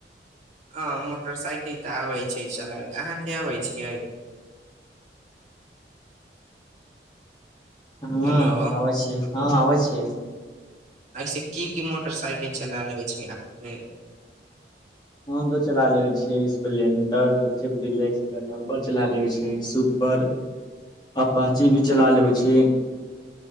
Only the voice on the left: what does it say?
<inaudible> हँ
आबै छियै हँ आबै छियै
हम त चला लेबय छिये स्पलेंडर एच एफ डिल्क्स गेलेम्बर चला लेबय छियै सु पर अपाची भी चला लेबै छी